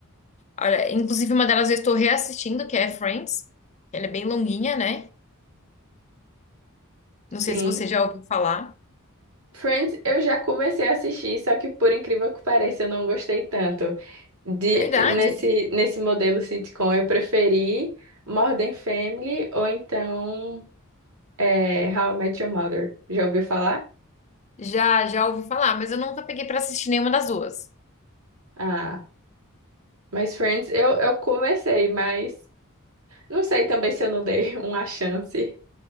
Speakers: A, on the left (about 30°); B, on the right (about 85°).
A: Olha, inclusive, uma delas eu estou reassistindo, que é Friends. Ela é bem longuinha, né? Não
B: Sim.
A: sei se você já ouviu falar.
B: Friends, eu já comecei a assistir, só que por incrível que pareça, eu não gostei tanto. De,
A: Verdade.
B: nesse, nesse modelo sitcom, eu preferi Modern Family ou então É, How I Met Your Mother. Já ouviu falar?
A: Já, já ouvi falar, mas eu nunca peguei pra assistir nenhuma das duas.
B: Ah, mas Friends, eu, eu comecei, mas não sei também se eu não dei <laughs> uma chance